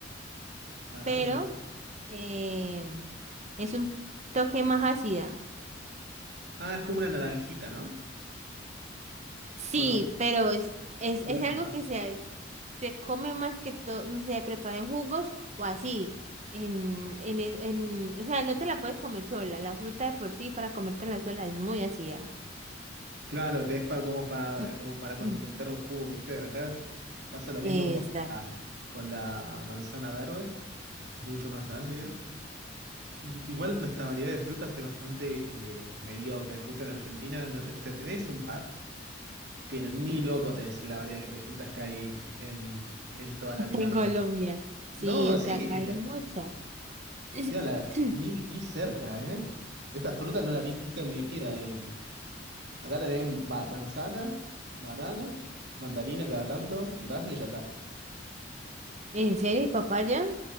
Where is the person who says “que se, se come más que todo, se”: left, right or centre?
Right